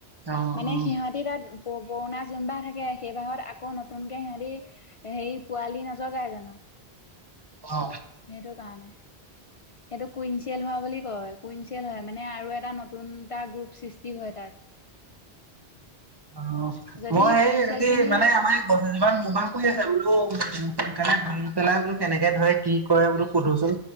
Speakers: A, on the right; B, on the left.
A: অ'
B: মানে
A: অ'
B: সিহঁতি তাত প পুৰণা যোনবাহ থাকে সেইবাহত আকৌ নতুনকে সিহঁতি হেৰি পোৱালি নযগাই জানো
A: অ
B: সেইটো কাৰণে সেইটো কুইনচিয়েল হোৱা বুলি কয় কুইনচিয়েল হয় মানে আৰু এটা নতুন নতুনটা গ্ৰুপ সৃষ্টি হয় তাত
A: অ
B: যদি
A: মই সেই
B: কুইনচিয়েল
A: যদি
B: খিনি
A: মানে আমাৰ এই গছ এজোপা মৌ বা <unintelligible> পেলাই বোলো কেনেকে ধৰে কি কৰে বো সোধোচোন